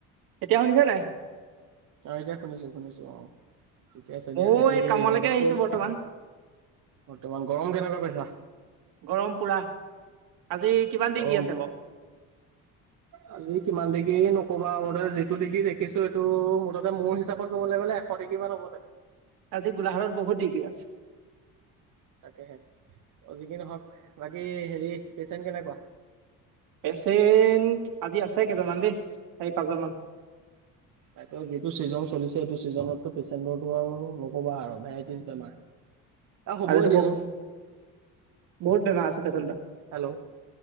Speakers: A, on the right; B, on the right.
A: এতিয়া শুনিছ নাই।
B: অ এতিয়া শুনিছো শুনিছো অ। ঠিকে আছে
A: ময়ো
B: দিয়া হেৰি
A: এই কামলৈকে
B: আকৌ
A: আহিছোঁ বৰ্তমান
B: তোমাৰ গৰম কেনেকা পাইছা?
A: গৰম পুৰা আজি কিমান
B: গৰম
A: ডিগ্ৰী কি আছে বাৰ
B: আজি কিমান ডিগ্ৰী নকবা মুঠতে যিটো ডিগ্ৰী দেখিছো সেইটো মুঠতে মোৰ হিচাপত কবলৈ গ'লে। ফৌৰতি কিমান হ'ব ছাগে।
A: আজি গোলাঘাট বহুত ডিগ্ৰী আছে।
B: তাকে হে অ যিক কি নহক বাকী হেৰি পেচেণ্ট কেনেকুৱা?
A: পেচেণ্ট আজি আছে কেইজনমান দেই চাৰি পাঁচজন মান
B: তাকে যিটো ছিজন চলিছে সেইটো ছিজনতো পেচেণ্টৰটো আৰু নকবা আৰু ভেৰাইটিজ বেমাৰ আৰু হ'বই
A: আৰে এটো
B: দিয়াচোন
A: বহুত বেমাৰ আছে পেচেণ্ট ৰ
B: হেল্ল'